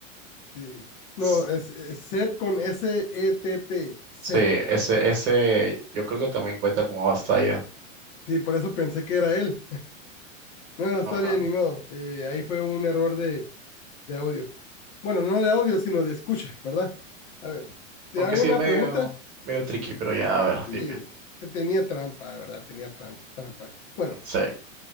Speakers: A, on the left; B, on the right.
A: Sí. No,
B: S-
A: es, es Set con S-E-T-T. Set.
B: Sí, ese, ese yo creo que también cuenta como Bastaya.
A: Sí, por eso pensé que era él. No, no,
B: No,
A: está
B: no,
A: bien,
B: no.
A: ni modo. Eh, ahí fue un error de, de audio. Bueno, no de audio, sino de escucha, ¿verdad? A ver, te
B: Aunque
A: hago
B: sí
A: una
B: es medio,
A: pregunta.
B: medio tricky, pero ya, a ver,
A: Sí,
B: dime.
A: te tenía trampa, de verdad, tenía pram- trampa. Bueno,
B: Sí.